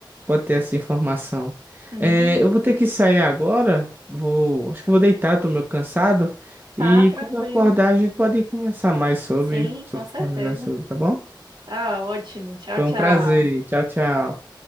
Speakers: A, on the right; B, on the right.
A: pode ter essa informação.
B: Hum,
A: É, eu vou ter que sair agora. Vou, acho que eu vou deitar, tô meio cansado.
B: tá
A: E
B: tranquilo.
A: quando eu acordar, a gente pode conversar mais sobre,
B: Sim,
A: sobre
B: com certeza.
A: terminar sobre, tá bom?
B: Tá ótimo. Tchau,
A: Foi
B: tchau.
A: um prazer. Tchau, tchau.